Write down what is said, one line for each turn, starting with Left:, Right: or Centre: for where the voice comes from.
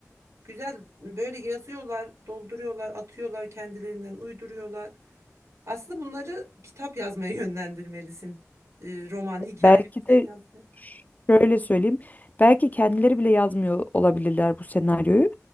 Right: Güzel böyle yazıyorlar, dolduruyorlar, atıyorlar kendilerinden, uyduruyorlar. Aslında bunları kitap yazmaya <laughs> yönlendirmelisin. Ee, roman, hikaye,
Left: Belki
Right: bir
Left: de
Right: şey yazmaya.
Left: Şöyle söyleyeyim. Belki kendileri bile yazmıyor olabilirler bu senaryoyu.